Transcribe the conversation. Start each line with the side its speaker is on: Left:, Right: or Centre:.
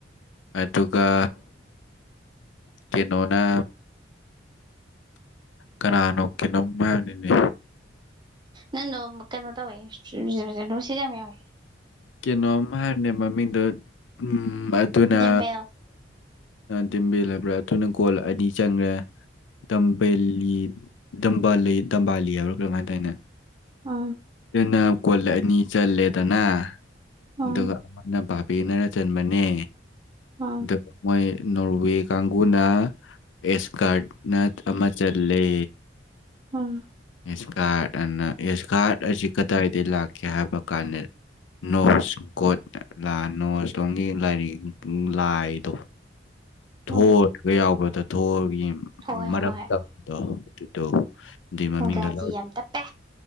Left: ꯑꯗꯨꯒ ꯀꯦꯅꯣꯅ ꯀꯅꯥꯅꯣ ꯀꯩꯅꯣꯝ ꯍꯥꯏꯕꯅꯤꯅꯦ
Right: ꯅꯪꯗꯣ ꯀꯩꯅꯣ ꯇꯧꯋꯦ <unintelligible> ꯌꯥꯝ ꯌꯥꯎꯋꯦ
Left: ꯀꯦꯅꯣꯝ ꯍꯥꯏꯕꯅꯦ ꯃꯃꯤꯡꯗꯣ ꯎꯝ ꯑꯗꯨꯅ
Right: ꯗꯦꯝꯕꯦꯜ
Left: ꯇꯤꯝꯕꯦꯜ ꯍꯥꯏꯕ꯭ꯔꯥ ꯑꯗꯨꯅ ꯒꯣꯜ ꯑꯅꯤ ꯆꯟꯒ꯭ꯔꯦ ꯗꯝꯕꯦꯜꯂꯤ ꯗꯝꯕꯥꯜꯂꯤ ꯗꯝꯕꯥꯜꯂꯤ ꯍꯥꯏꯕ꯭ꯔꯥ ꯀꯩꯅꯣꯝ ꯍꯥꯏꯗꯥꯏꯅꯦ
Right: ꯑꯥ
Left: ꯑꯗꯨꯅ ꯀꯣꯜ ꯑꯅꯤ ꯆꯜꯂꯦꯗꯅ
Right: ꯎꯝ
Left: ꯑꯗꯨꯒ ꯑꯃꯅ ꯕꯥꯠ ꯄꯦꯅꯔꯥ ꯆꯟꯕꯅꯦ
Right: ꯎꯝ
Left: ꯑꯗꯨꯒ ꯃꯣꯏ ꯅꯣꯔꯋꯦ ꯀꯥꯡꯕꯨꯅ ꯑꯦꯁꯀꯥꯔꯠꯅ ꯑꯃ ꯆꯜꯂꯦ
Right: <unintelligible>
Left: ꯑꯦꯁꯀꯥꯔꯠ ꯑꯅ ꯑꯦꯁꯀꯥꯔꯠ ꯑꯁꯤ ꯀꯗꯥꯏꯗꯒꯤ ꯂꯥꯛꯀꯦ ꯍꯥꯏꯕ ꯀꯥꯟꯗ ꯅꯣꯁ ꯀꯣꯠ ꯂ ꯅꯣꯁ ꯂꯣꯝꯒꯤ ꯂꯥꯏꯔꯤꯛ ꯂꯥꯏꯗꯣ
Right: ꯎꯝ
Left: ꯊꯣꯔꯗꯒ ꯌꯥꯎꯕꯗꯣ ꯊꯣꯔꯒ ꯌꯦꯡ
Right: ꯍꯣꯏ
Left: ꯃꯔꯝꯗꯝꯗꯣ
Right: ꯍꯣꯏ
Left: ꯗꯨꯗꯣ ꯗꯨꯏ ꯃꯃꯤꯡꯗꯣ
Right: ꯏꯪꯒ꯭ꯔꯥꯖꯤ
Left: ꯂꯧ
Right: ꯌꯥꯝ ꯇꯞꯄꯦ